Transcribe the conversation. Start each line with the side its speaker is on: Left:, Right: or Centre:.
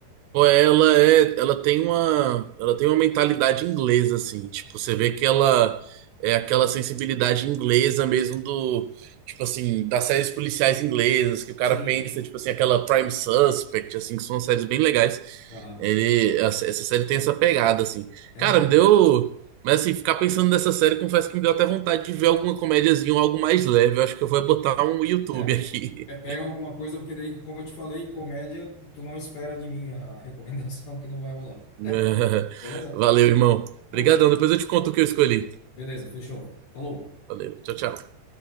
Right: Pô, é, Ela é, ela tem uma, ela tem uma mentalidade inglesa assim, tipo, você vê que ela é aquela sensibilidade inglesa mesmo do, tipo assim, das séries policiais inglesas, que o cara
Left: Sim.
Right: pensa, tipo assim, aquela Prime Suspect, assim, que são séries bem legais.
Left: Aham.
Right: Ele, essa essa série tem essa pegada assim.
Left: É,
Right: Cara,
Left: então.
Right: me deu, mas assim, ficar pensando nessa série, confesso que me deu até vontade de ver alguma comédiazinha ou algo mais leve. Eu acho que eu vou botar um YouTube
Left: é.
Right: aqui.
Left: Pe- Pega alguma coisa, porque daí, como eu te falei, comédia, tu tu não espera de mim a recomendação que não vai rolar.
Right: <laughs>
Left: Beleza?
Right: Valeu, irmão. Obrigadão.
Left: Falou, querido.
Right: Depois eu te conto o que eu escolhi.
Left: Beleza, fechou. Falou.
Right: Valeu. Tchau, tchau.